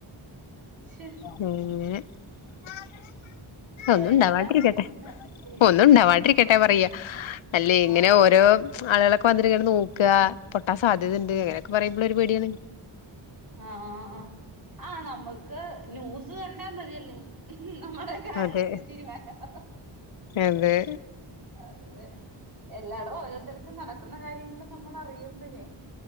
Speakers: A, on the right; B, on the left.
A: ശ്ശേ
B: ഉം ഒന്നുണ്ടാവാണ്ടിരിക്കട്ടെ
A: എല്ലാം പ്രശ്നമാല്ലേ
B: ഒന്നുണ്ടവാണ്ടിരി ക്കട്ടെ പറയാ അല്ലേ ഇങ്ങനെ
A: ആ
B: ഓരോ ആളുകളൊക്കെ വന്നിട്ട് ഇങ്ങനെ നോക്കാ പൊട്ടാൻ സാധ്യത ഇണ്ട് ഇങ്ങനൊക്കെ പറയുമ്പള് ഒരു പേടിയാണ്.
A: ആഹ് ആഹ് ആഹ്. ആഹ് നമ്മക്ക് ന്യൂസ് കണ്ടാ മതിയല്ലേ. നമ്മളെ കാര്യത്തി
B: അതെ
A: തീരുമാനാവും.
B: അതെ
A: അതെ. എല്ലാടും ഓരോരുത്തരതും നടക്കുന്ന കാര്യങ്ങള് നമ്മള് അറിയുമ്പഴേ.